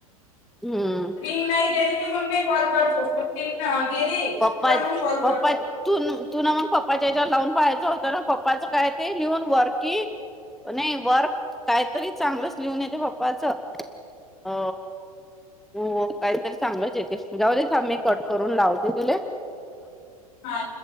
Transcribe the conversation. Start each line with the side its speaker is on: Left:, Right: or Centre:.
Centre: हम्म.
Left: रिंग नाही गेली की मग मी कॉल केरतो रिंग गेली.
Centre: पप्पाच
Left: तर मग कॉल करतो
Centre: पप्पाच तु तु ना मग पप्पाच्या हेच्यावर लावून पाहायचं होतं ना पप्पाचं काय ते लिहून वरकि नाही वर्क कायतरी चांगलंच लिहून येते पप्पाच. अ हो काहीतरी चांगलंच येते जाऊ दे थांब मी कट करून लाव ते तुले.
Left: हा.